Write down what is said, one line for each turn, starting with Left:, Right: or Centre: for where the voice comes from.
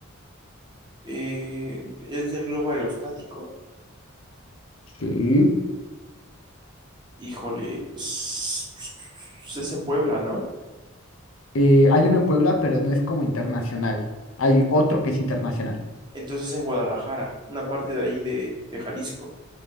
Right: Eh, es del globo aerostático.
Left: Sí.
Right: Híjole, es, es en Puebla, ¿no?
Left: Eh, hay uno en Puebla, pero no es como internacional. Hay otro que es internacional.
Right: Entonces en Guadalajara, una parte de ahí de, de Jalisco.